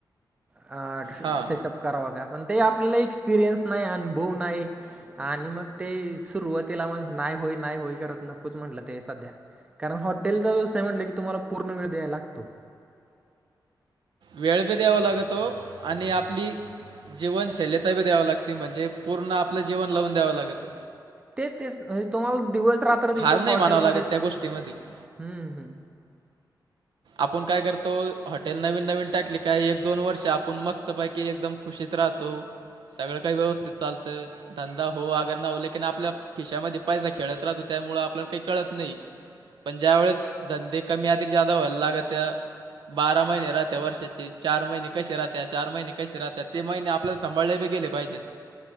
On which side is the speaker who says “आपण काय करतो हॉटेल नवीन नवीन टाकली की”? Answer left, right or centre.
Right